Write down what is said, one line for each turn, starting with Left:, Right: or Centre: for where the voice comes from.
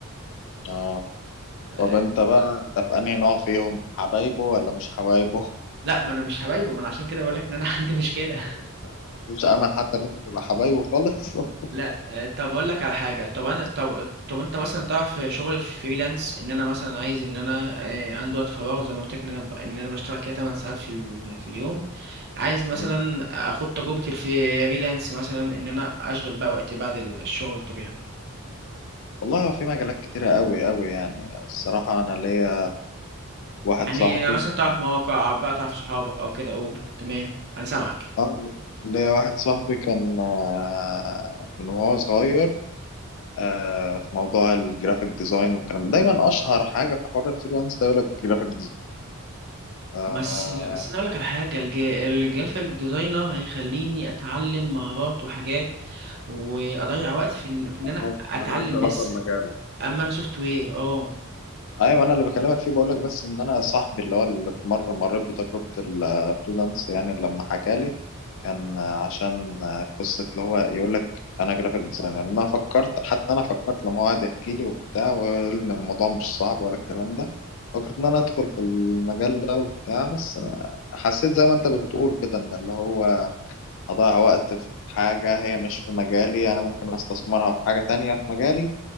Left: اه
Right: آه،
Left: طب انت بقى انت في انهي نوع فيهم حبايبه ولا مش حبايبه
Right: لا ما انا مش هبايجه ما انا عشان كده بقول لك ان انا <laughs> عندي مشكلة
Left: مفيش مفيش امل حتى ان انت تبقى حبايبه خالص <laughs>
Right: لا آه، طب اقول لك على حاجه طب انا طب طب انت مثلا تعرف شغل الفريلانس ان انا مثلا عايز ان انا آه، عندي وقت فراغ زي ما قلت لك ان انا ب- ان انا بشتغل كده 8 ساعات في ال- في اليوم عايز مثلا
Left: مم.
Right: اخد تجربه الفريلانس مثلا ان انا اشغل بقى وقتي بعد الشغل الطبيعي
Left: والله هو في مجالات كتيرة قوي قوي يعني الصراحة انا ليا واحد
Right: يعني
Left: صاحبي
Right: مثلا
Left: كان
Right: تعرف مواقع بقى تعرف صحابك او كده قول تمام انا سامعك
Left: اه ليا واحد صاحبي كان آه، من وهو صغير آه، في موضوع الجرافيك ديزاين والكلام ده. دايما اشهر حاجة في حوار الفريلانس ده يقول لك جرافيك ديزاينر
Right: بس بس انا اقول لك على حاجه الج- الجرافيك ديزاينر هيخليني اتعلم مهارات وحاجات واضيع وقت في ان في إن
Left: ملهاش
Right: انا اتعلم
Left: ملهاش علاقة
Right: لسه
Left: بمجالك
Right: اما انا سوفت وير اه
Left: ايوه ما انا اللي بكلمك فيه بقول لك بس ان انا صاحبي اللي هو اللي مره مريت بتجربه الفريلانس يعني لما حكى لي كان عشان قصه اللي هو يقول لك انا جرافيك ديزاينر انا فكرت حتى انا فكرت لما هو قعد يحكي لي وبتاع وقال ان الموضوع مش صعب ولا الكلام ده فكرت ان انا ادخل في المجال ده وبتاع بس أنا حسيت زي ما انت بتقول كده ان اللي هو اضيع وقت في حاجه هي مش في مجالي انا ممكن استثمرها في حاجه تانية في مجالي